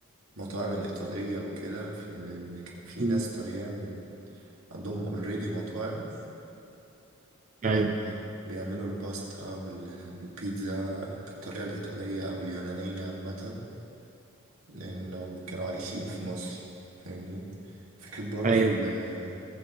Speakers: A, on the right; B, on the right.
A: المطاعم الإيطالية وكده في إن كان في
B: مم.
A: ناس طليان عندهم اوريدي مطاعم آه،
B: ايوه
A: آه، بيعملوا الباستا وال- والبيتزا بالطريقة الإيطالية أو اليونانية عامة لأنهم كانوا عايشين في مصر فاهمني فكرة برضو
B: ايوه
A: ال-